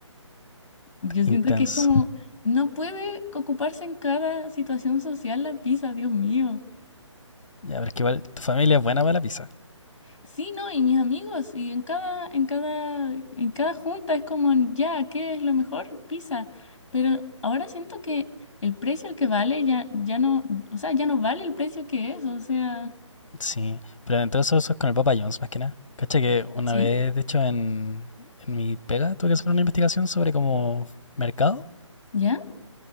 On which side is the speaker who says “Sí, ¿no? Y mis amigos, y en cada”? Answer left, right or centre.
Left